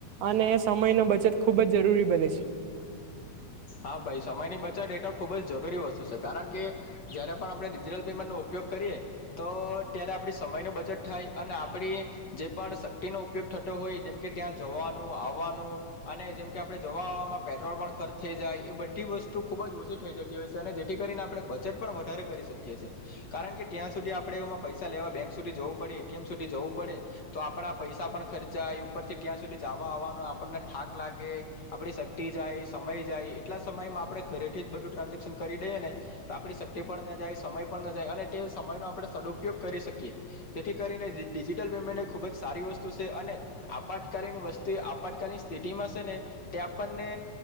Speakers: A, on the right (about 80°); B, on the left (about 40°).
A: અને સમય ન બચત ખૂબ જ જરૂરી બને છે.
B: હા ભાઈ સમયની બચત એ તો ખૂબ જ જરૂરી વસ્તુ છે કારણ કે જયારે પણ આપણે ડિજિટલ પેમેન્ટનો ઉપયોગ કરીએ તો ત્યારે આપણી સમયનો બચત થાય અને આપણી જે પણ શક્તિ ન ઉપયોગ થતો હોય જેમ કે ત્યાં જવાનો વાનું અને જેમ કે આપણે જવાવામાં પેટ્રોલ પણ ખર્ચ થઈ જાય એ બધી વસ્તુ ખૂબ જ ઓછી થઈ જતી હોય છે અને જેથી કરીને આપણે બચટ પણ વધારે કરી શકીએ છીએ કારણ કે ત્યાં સુધી આપણે એમાં પૈસા લેવા બેંક સુધી જવું પડે એટીએમ સુધી જવું પડે. તો આપડા પૈસા પણ ખર્ચાય ઉપરથી ત્યાં સુધી જવા આવવાનો આપણને થાક લાગે આપડી શક્તિ જાય સમય જાય એટલા સમયમાં આપણેે ઘરેથી જ બધું ટ્રાન્ઝેક્શન કરી દઈએ ને તો આપડી શક્તિ પણ ના જાય સમય પણ ના જાય અને તે સમયનો આપણે સદુપયોગ કરી શકીએ જેથી કરીને ડિજિટલ મેન્ટ ખુબ જ સારી વસ્તુ છે અને આપતકાલીન વસ્તી આપતકાલીન સ્થિતિમાં છે ને તે આપણને